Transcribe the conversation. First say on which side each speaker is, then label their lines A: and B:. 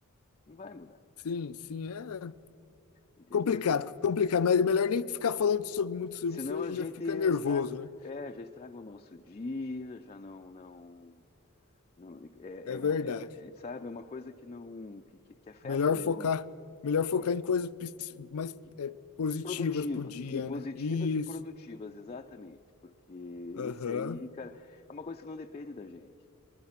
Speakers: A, on the left (about 30°); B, on the left (about 75°).
A: Não vai mudar.
B: Sim, sim, é
A: Entendeu?
B: complicado,
A: Se,
B: complicado, mas é melhor nem ficar falando sobre muito sobre
A: senão
B: isso, senão a
A: a
B: gente
A: gente
B: já fica
A: estraga,
B: nervoso, né?
A: é, já estraga o nosso dia, já não, não, Não, é,
B: É
A: é um,
B: verdade.
A: é, é, sabe, é uma coisa que não que, que, que afeta
B: Melhor
A: mesmo
B: focar,
A: a-
B: melhor focar
A: a-
B: em coisas pis- mais
A: que-
B: é, positivas
A: produtivas
B: pro dia,
A: e positivas
B: né? Isso.
A: e produtivas, exatamente, porque
B: Aham.
A: esse aí, cara, é uma coisa que não depende da gente,